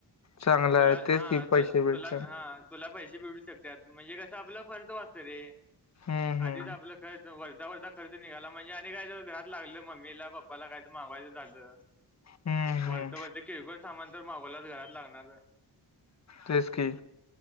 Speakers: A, on the left; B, in the centre.
A: चांगलं
B: तुला
A: आहे तेच
B: हा
A: की पैसे
B: तू
A: भेटतात
B: तुला हा. तुला पैसे भेटू शक त म्हणजे कसं आपलं खर्च वाचतं रे.
A: हम्म हम्म
B: आधीच आपलं खर्च वरचा वरचा. खर्च निघाला म्हणजे आणि काही तर घरात लागलं मम्मीला पप्पाला काय त मागवायचं झालं.
A: हम्म हम्म
B: वरचं वरचं किरकोळ सामान. तर मागोलात घरात लागणारे.
A: तेच की.